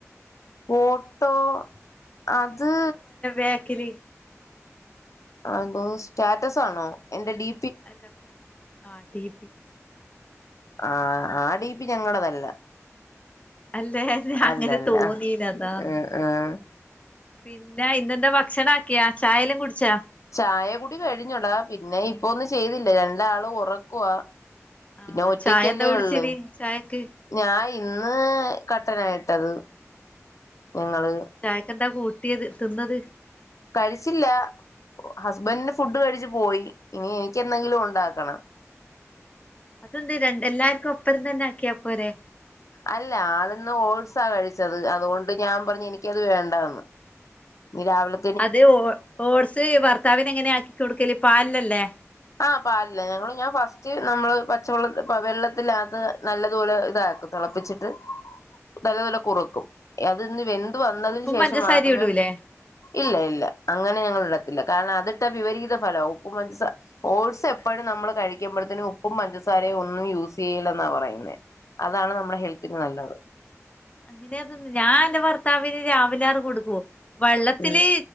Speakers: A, on the left; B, on the left.
A: ഫോട്ടോ അത്.
B: ബേക്ക്ൽ.
A: അതോ സ്റ്റാറ്റസ് ആണോ എന്റെ ഡീ
B: അല്ല ഫു ആഹ് ടി പി.
A: ആഹ് ആ ഡീപ്പി ഞങ്ങള്തല്ല.
B: അല്ലേ അങ്ങനെ
A: അല്ലല്ല
B: തോന്നീന് അതാണ്.
A: ആഹ് ആഹ്
B: പിന്നെ ഇന്നെന്താ ഭക്ഷണം ആക്കിയാ ചായല്ലാം കുടിച്ചാ?
A: ചായ കുടി കഴിഞ്ഞോടാ പിന്നെ ഇപ്പൊന്നും ചെയ്തില്ല രണ്ടാളും ഉറക്കവാ.
B: ആഹ്
A: പിന്നെ ഒറ്റക്കല്ലേ
B: ചായ എന്താ കുടിച്ചിന്
A: ഉള്ള്.
B: ചായക്ക്
A: ഞാൻ ഇന്ന് കട്ടനായിട്ടത് ഞങ്ങള്.
B: ചായക്കെന്താ കൂട്ടിയത് തിന്നത്?
A: കഴിച്ചില്ല ഒ ഹസ്ബന്റ്ന് ഫുഡ് കഴിച്ചു പോയി ഇനി എനിക്കെന്തെങ്കിലും ഉണ്ടാക്കണം.
B: അതെന്തെ രണ്ട് എല്ലാർക്കും ഒപ്പരം തന്നെ ആക്കിയാ പോരെ?
A: അല്ല ആള്ന്ന് ഓടസാ കഴിച്ചത് അതുകൊണ്ട് ഞാൻ പറഞ്ഞ് എനിക്കത് വേണ്ടാന്ന്. ഇനി രാവിലെ.
B: അതെ ഓട്സ് ഭർത്താവിനെങ്ങനെ ആക്കി കൊടുക്കല് പാൽലല്ലേ?
A: ആഹ് പാൽലാ ഞങ്ങള് ഞാൻ ഫസ്റ്റ് നമ്മള് പച്ചവെള്ളത്തി വെള്ളത്തിനകത്ത്. നല്ലതുപോലെ ഇതാക്കും തെളപ്പിച്ചിട്ട്.
B: <inaudible>
A: നല്ല പോലെ കുറുക്കും അത്ന്ന് വെന്ത് വന്നതിന്
B: ഉപ്പും
A: ശേഷം
B: പഞ്ചസാരയും
A: മാത്രമേ.
B: ഇടൂലേ
A: ഇല്ല ഇല്ല അങ്ങനെ ഞങ്ങള് ഇടത്തില്ല കാര്ണം അതിട്ടാ വിപരീത ഫലാവും ഉപ്പ് പഞ്ചസ ഓട്സ് എപ്പഴും നമ്മൾ കഴിക്കുമ്പോഴത്തും ഉപ്പും പഞ്ചസാരയും ഒന്നും യൂസ് ചെയ്യല്ലെന്നാ പറയുന്നേ. അതാണ് നമ്മുടെ ഹെൽത്തിന് നല്ലത്.
B: അതിനകത്ത്ന്ന് ഞാൻ എന്റെ ഭർത്താവിന് രാവിലെ ആർ കൊടുക്കും വെള്ളത്തില്.
A: ഉം